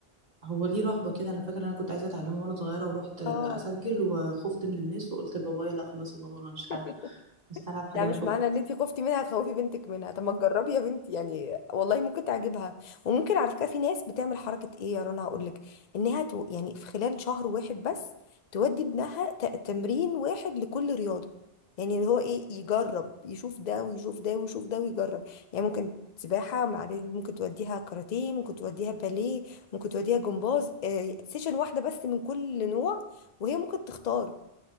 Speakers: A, on the right (about 40°); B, on the left (about 50°).
A: هو ليه رهبة كده أنا فاكرة أنا كنت عايزة أتعلمه وأنا صغيرة ورحت أسجل
B: اه
A: وخفت من الناس وقلت لبابايا لا خلاص يا بابا أنا مش
B: <laughs>
A: هعمل مش هلعب حاجة
B: لا
A: انا
B: مش
A: خفت
B: معنى ان انت خفتي منها تخوفي بنتك منها طب ما تجربي يا بنتي يعني والله ممكن تعجبها وممكن على فكره في ناس بتعمل حركه ايه يا رنا هقول لك انها تو يعني في خلال شهر واحد بس تودي ابنها ت- تمرين واحد لكل رياضه يعني اللي هو ايه يجرب يشوف ده ويشوف ده ويشوف ده ويجرب يعني ممكن سباحه مع بيبي، ممكن توديها كاراتيه ممكن توديها باليه ممكن توديها جمباز آه سيشن واحده بس من كل نوع وهي ممكن تختار